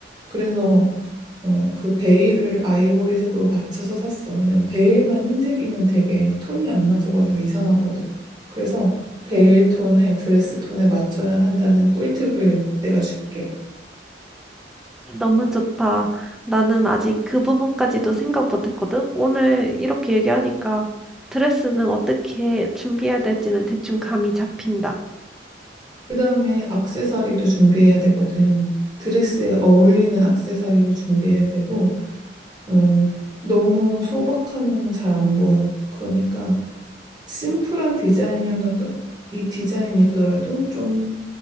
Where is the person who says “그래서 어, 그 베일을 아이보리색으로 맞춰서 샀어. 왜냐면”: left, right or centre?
Right